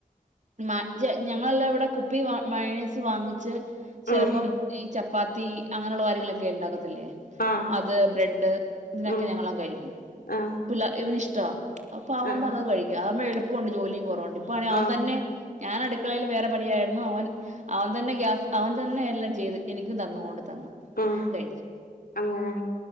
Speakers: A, on the right; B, on the left.
A: മ ജെ ഞങ്ങളെല്ലാം ഇവടെ കുപ്പി വാ മയേസ് വാങ്ങിച്ച് ചെലപ്പം
B: ഉം
A: ഈ ചപ്പാത്തി അങ്ങനെള്ള കാര്യങ്ങളക്കെ ണ്ടാക്കത്തില്ലേ?
B: ആഹ്
A: അത് ബ്രെഡ് ഇതിനൊക്കെ
B: ഉം
A: ഞങ്ങള കഴിക്കും
B: ആഹ്
A: പിള്ളാ ഇവന് ഇഷ്ടവാ. അപ്പം അതോണ്ടങ്‌
B: ആഹ്
A: കഴിക്കും അതാവുമ്പോ എളുപ്പോണ്ട് ജോലിം കൊറവുണ്ട് ഇപ്പോ ആണെ അവൻ
B: ആഹ്
A: തന്നെ ഞാനട്ക്കളെല് വേറെ പണിയായ്ര്ന്നു ഓൻ അവൻ തന്നെ ഗ്യാസ് അവൻ തന്നെ എല്ലാം ചെയ്ത് എനിക്കുംതന്നു കൊണ്ട് തന്നു.
B: ഉം
A: ഞാനും കഴിച്ചു
B: അങ്ങനെ